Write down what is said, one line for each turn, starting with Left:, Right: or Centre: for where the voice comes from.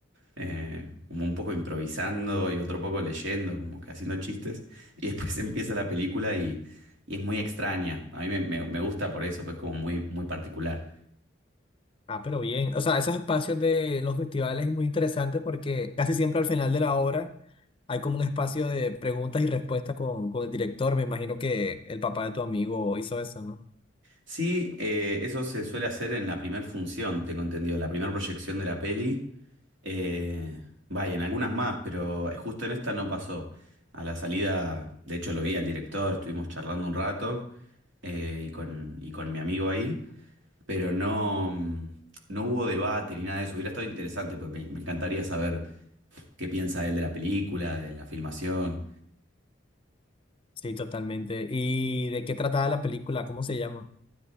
Right: eh, como un poco improvisando y otro poco leyendo, como que haciendo chistes. Y después <laughs> empieza la película y, y es muy extraña. A mí me, me- me gusta por eso, pues como muy, muy particular.
Left: Ah, pero bien. O sea, esos espacios de los festivales es muy interesante porque casi siempre al final de la obra hay como un espacio de preguntas y respuestas con, con el director. Me imagino que el papá de tu amigo hizo eso, ¿no?
Right: Sí, eh, eso se suele hacer en la primera función, tengo entendido, la primera proyección de la peli. Eh, vaya, en algunas más, pero eh, justo en esta no pasó. A la salida, de hecho lo vi al director, estuvimos charlando un rato eh, y con, y con mi amigo ahí, pero no, mm, no hubo debate ni nada de eso. Hubiera estado interesante, porque me, me encantaría saber qué piensa él de la película, de la filmación.
Left: Sí, totalmente. ¿Y de qué trataba la película? ¿Cómo se llama?